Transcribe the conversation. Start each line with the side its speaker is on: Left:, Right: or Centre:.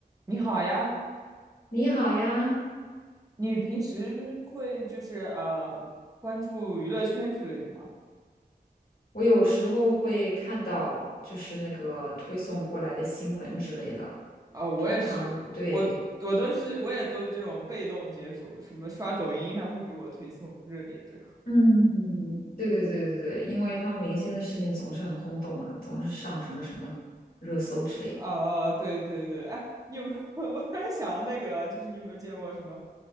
Right: 你好呀，
Left: 你好呀，
Right: 你平时会就是呃关注娱乐圈之类的吗？
Left: 我有时候会看到就是那个推送过来的新闻之类的，
Right: 啊、我也是，
Left: 通常对，
Right: 我我都是我也都是这种被动接受，什么刷抖音，他会给我推送热点这。
Left: 嗯，对对对对对，因为他们明星的事情总是很轰动嘛，总是上什么什么热搜之类的。
Right: 哦、对对对，哎，你有没有？<laughs> 我突然想到那个，就是你有没有见过什么